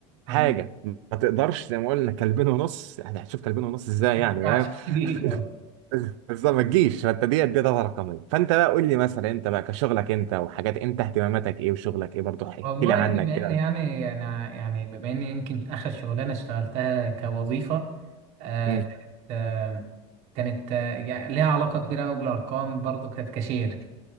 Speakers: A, on the right; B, on the right.
A: حاجه
B: جميل
A: ما تقدرش زي ما قلنا كلبين ونص يعني هتشوف كلبين ونص ازاي
B: ما
A: يعني
B: ينفعش
A: فاهم
B: تجيلي
A: <laughs> بس ما تجيش فانت دي دي داتا رقميه فانت بقى قول لي مثلا انت بقى كشغلك انت وحاجات انت اهتماماتك ايه وشغلك ايه برضه احكي
B: والله
A: لي عنك
B: بما
A: كده
B: اني يعني انا يعني بما اني يمكن اخر شغلانه اشتغلتها كوظيفه آه
A: امم
B: كانت آه كانت آه يعني ليها علاقه كبيره قوي بالارقام برضو كانت كاشير